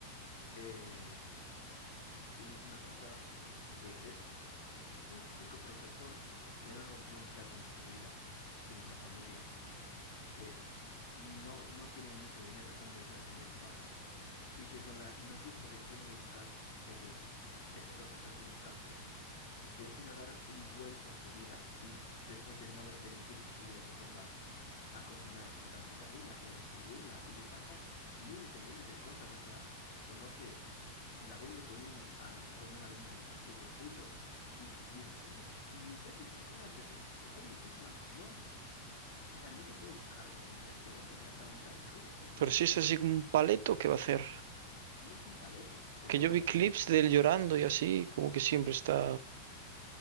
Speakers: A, on the left (about 60°); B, on the right (about 65°).
A: eh, un- una persona que es un típico profesor que no rompió un plato en su vida, que tiene una familia? que no, no tienen mucho dinero, son de clase media baja, y que con la noticia de que tienen un can- de que ese profesor tiene un cáncer, decida dar un vuelco a su vida y después de no haber delinquido en su vida se ponga a cocinar metanfetamina y a distribuirla y le pasan miles de millones de cosas, o sea, conoce, la vende con un al- con un alumno an- antiguo suyo y, y y es que pasan millones de cosas que son, hay muchísima acción o sea, no te puedes quejar porque no hay acción o porque la trama es aburrida, es buenísima.
B: Pero si es así como un paleto, ¿qué va a hacer?
A: No es un paleto, se vuelve
B: Que yo
A: un
B: vi
A: asesino
B: clips
A: en serie.
B: de él llorando y así, como que siempre está...